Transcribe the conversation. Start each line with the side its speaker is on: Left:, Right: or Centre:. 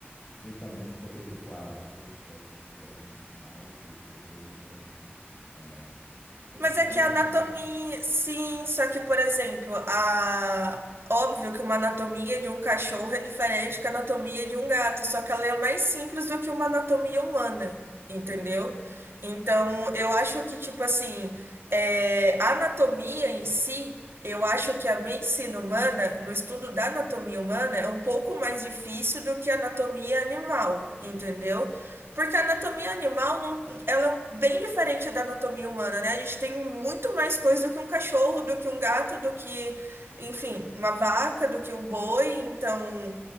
Left: Justamente porque, tipo, há várias espécies de animais e, tipo, eles têm é, posições
Right: Mas é que a
Left: anatômicas.
Right: anatomia, sim, só que, por exemplo, a... óbvio que uma anatomia de um cachorro é diferente que a anatomia de um gato, só que ela é mais simples do que uma anatomia humana, entendeu?
Left: Sim,
Right: Então,
Left: é,
Right: eu acho que, tipo assim, é, a anatomia em si, eu acho que a medicina humana, no estudo da anatomia humana, é um pouco mais difícil do que a anatomia animal, entendeu? Porque a anatomia animal não ela é bem diferente da anatomia humana, né? A gente tem muito mais coisa do que um cachorro, do que um gato, do que, enfim, uma vaca, do que um boi. Então,